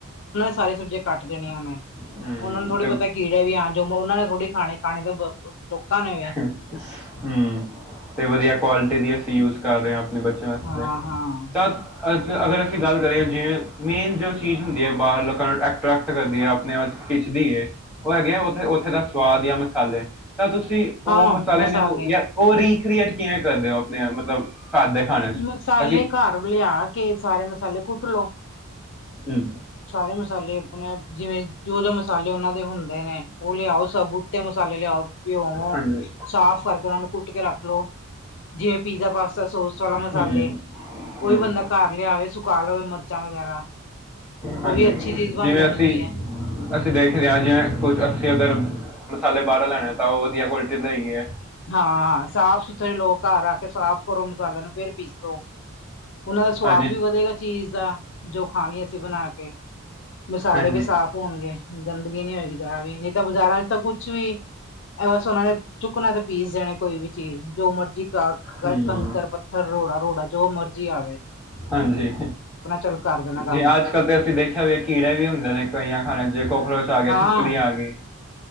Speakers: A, on the left; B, in the centre.
A: ਸਾਰਿਆ ਸਬਜੀਆ ਕਟ ਕੇ, ਦੇਣੀਆਂ ਨੇ
B: ਹੂੰ
A: ਉਹਨਾਂ ਨੂੰ ਥੋੜੀ
B: ਤੇ
A: ਪਤਾ ਕੀੜੇ ਵੀ ਆ ਜੋ ਉਹਨਾਂ ਨੇ ਥੋੜੀ ਖਾਣੀ ਤਾਂ, ਲੋਕਾਂ ਨੇ ਵੇ
B: ਹੂੰ, ਤੇ ਵਧੀਆ ਕੁਆਲਿਟੀ ਦੀ ਅਸੀਂ ਯੂਜ ਕਰ ਰਹੇ ਹਾਂ। ਆਪਣੇ ਬੱਚਿਆਂ ਵਾ
A: ਹਾਂ ਹਾਂ
B: ਤਾਂ ਅਗਰ। ਅਸੀਂ ਗੱਲ ਕਰੀਏ ਜਿਵੇਂ ਮੇਨ ਜੋ ਚੀਜ਼ ਹੁੰਦੀ ਹੈ ਬਾਹਰ ਲੋਕਾਂ ਨੂੰ ਐਟਰੈਕਟ ਕਰਦੀ ਹੈ ਆਪਣੇ ਆਪ ਪਿਛਦੀ ਹੈ। ਉਹ ਹੈਗੇ ਆ ਉੱਥੇ-ਉੱਥੇ ਦਾ ਸਵਾਦ ਜਾਂ ਮਸਾਲੇ ਤਾਂ ਤੁਸੀਂ, ਤੁਸੀਂ ਉਹ
A: ਹਾਂ
B: ਮਸਾਲਿਆਂ
A: ਮਸਾਲੇ
B: ਨੂੰ ਜਾਂ ਉਹ ਰੀਕ੍ਰੀਏਟ ਕਿਵੇਂ ਕਰਦੇ ਹੋ ਆਪਣੇ ਮਤਲਬ, ਘਰ ਦੇ ਖਾਣੇ 'ਚ
A: ਮਸਾਲੇ
B: ਤਾਂ ਕਿ
A: ਘਰ ਲਿਆ ਕੇ ਸਾਰੇ ਮਸਾਲੇ ਕੁੱਟ ਲੋ।
B: ਹੂੰ
A: ਸਾਰੇ ਮਸਾਲੇ, ਜਿਵੇਂ ਜੋ-ਜੋ ਮਸਾਲੇ ਉਹਨਾਂ ਦੇ ਹੁੰਦੇ ਨੇ ਉਹ ਲਿਆਓ ਸਬੂਤੇ ਮਸਾਲੇ ਲਿਆਓ। ਘਿਓ ਨੂੰ
B: ਹਾਂਜੀ
A: ਸਾਫ਼ ਕਰਕੇ ਉਹਨਾ ਨੂੰ ਕੁੱਟ ਕੇ ਰੱਖ ਲੋਓ ਜਿਵੇਂ ਪੀਜ਼ਾ ਪਾਸਤਾ ਸੋ ਸੋਲਾ ਮਸਾਲੇ
B: ਹੂੰ
A: ਉਹੀ
B: ਹੂੰ
A: ਬੰਦਾ ਘਰ ਲਿਆਵੇ ਸੁਕਾ ਲਵੇ ਮਿਰਚਾਂ ਵਗੈਰਾ।
B: ਹਾਂਜੀ,
A: ਉਹ ਵੀ ਅੱਛੀ ਚੀਜ਼ ਬਣ
B: ਜਿਵੇਂ
A: ਜਾਂਦੀ
B: ਅਸੀਂ,
A: ਹੈ
B: ਅਸੀਂ ਦੇਖਦੇ ਹਾਂ ਜਿਵੇਂ ਕੁਝ ਅਸੀਂ ਅਗਰ, ਮਸਾਲੇ ਬਾਹਰੋ ਲੈਣੇ ਹੈ ਤਾਂ ਉਹ ਵਧੀਆ ਕੁਆਲਿਟੀ ਦਾ ਲਈ ਏ,
A: ਹਾਂ ਸਾਫ ਸੁਥਰੇ ਲੋਕ ਘਰ ਆ ਕੇ ਸਾਫ਼ ਕਰੋ ਮਸਾਲਿਆਂ ਨੂੰ ਫਿਰ ਪੀਸੋ। ਉਹਨਾਂ ਦਾ ਸਵਾਦ
B: ਹਾਂਜੀ
A: ਵੀ ਵਧੇਗਾ ਚੀਜ਼ ਦਾ ਜੋ ਖਾਣੀ ਅਸੀਂ ਬਣਾ ਕੇ, ਮਸਾਲੇ
B: ਹਾਂਜੀ
A: ਵੀ ਸਾਫ਼ ਹੋਣਗੇ ਗੰਦਗੀ ਨਹੀਂ ਹੋਏਗੀ ਜਰਾ ਵੀ ਨਹੀਂ ਤਾਂ ਬਾਜ਼ਾਰਾਂ ਚ ਤਾਂ ਕੁਛ ਵੀ ਇਹ ਬਸ ਉਹਨਾਂ ਨੇ ਚੁੱਕਣਾ ਤੇ ਪੀਸ ਦੇਣੇ ਕੋਈ ਵੀ ਚੀਜ਼ ਜੋ ਮਰਜ਼ੀ ਕਾ
B: ਹੂੰ
A: ਕੰਕਰ ਪੱਥਰ ਰੋੜਾ ਰੋੜਾ ਜੋ ਮਰਜ਼ੀ ਜੀ ਆਵੇ।
B: ਹਾਂਜੀ
A: ਚੱਲ ਕਰ ਦੇਣਾ ਕੰਮ
B: ਜੀ, ਅੱਜ ਕੱਲ੍ਹ ਤੇ ਅਸੀਂ ਦੇਖਿਆ ਵੀ ਕੀੜੇ ਵੀ ਹੁੰਦੇ ਨੇ ਕਈਆਂ ਖਾਣੇ ਜੇ ਕੋਕਰੋਚ ਆ ਗਿਆ,
A: ਹਾਂ
B: ਸ਼ਿਪਕਲੀ ਆ ਗਈ।